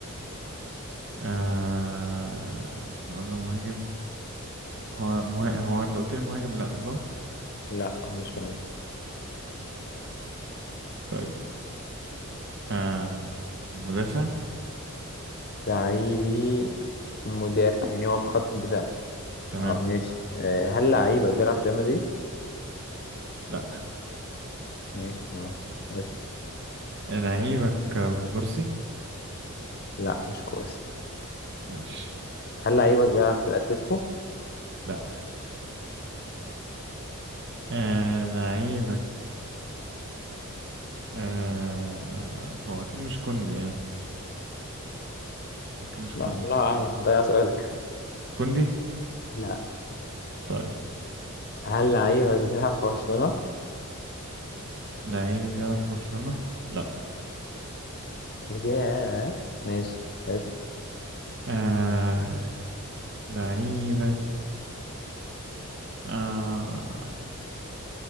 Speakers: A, on the right; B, on the left.
A: آه... احنا قلنا مهاجم هو مه... هو انت قلت لي مهاجم لا صح
B: لا هو مش مهم
A: طيب آه... مدافع
B: لعيبي مدافع يعني هو في خط الدفاع
A: تمام
B: اه ماشي أه هل لعيبك بيلعب في ريال مدريد؟
A: لا
B: ماشي خلاص اسف
A: لعيبك كوبارسي
B: لا مش كويس
A: ماشي
B: هل لعيبك بيلعب في الأتليتيكو؟
A: لا آه... لعيبك آه هو أكيد مش كوندي يعني أكيد مش كوندي
B: لا الله مم. أعلم ده سؤالك
A: كوندي
B: لا
A: طيب
B: هل لعيبك بيلعب في برشلونة؟
A: لعيب بيلعب في برشلونة لا
B: ياه ماشي اسأل.
A: آه لعيبك آه